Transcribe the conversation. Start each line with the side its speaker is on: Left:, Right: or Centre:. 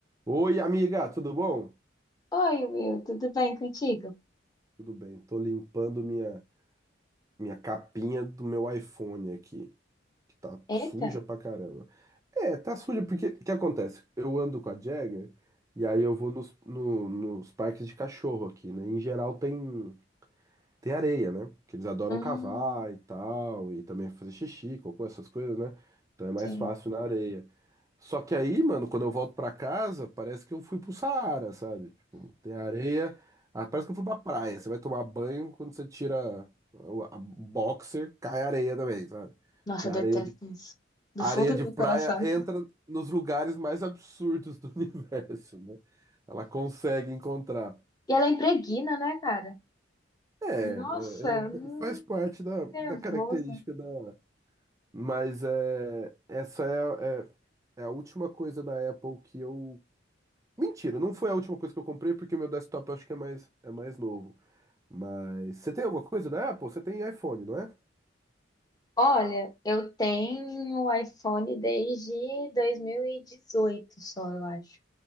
Right: Oi, amiga, tudo bom?
Left: Oi, Will, tudo bem contigo?
Right: Tudo bem, tô limpando minha, minha capinha do meu iPhone aqui, que tá
Left: Eita,
Right: suja pra caramba. É, tá suja porque, o que acontece? Eu ando com a Jagger e aí eu vou nos, no- nos parques de cachorro aqui, né? Em geral tem Tem areia, né? Que eles adoram
Left: Hum,
Right: cavar e tal, e também fazer xixi, cocô, essas coisas, né? Então é mais
Left: sim.
Right: fácil na areia. Só que aí, mano, quando eu volto pra casa, parece que eu fui pro Saara, sabe? Tipo, tem areia, ah, parece que eu fui pra praia. Você vai tomar banho, quando você tira o a boxer, cai areia também, sabe?
Left: nossa,
Right: Que
Left: eu
Right: a
Left: detesto
Right: areia de,
Left: isso. Do
Right: a
Left: fundo
Right: areia de
Left: do meu
Right: praia
Left: coração.
Right: entra nos lugares mais absurdos do <laughs> universo, né? Ela consegue encontrar.
Left: E ela é impregna, né, cara?
Right: É, é,
Left: Nossa, hum,
Right: é, faz parte da,
Left: nervosa.
Right: da característica da. Mas é, essa é, é, é a última coisa da Apple que eu. Mentira, não foi a última coisa que eu comprei, porque meu desktop eu acho que é mais, é mais novo. Mas você tem alguma coisa da Apple? Você tem iPhone, não é?
Left: Olha, eu tenho o iPhone desde 2018, só, eu acho.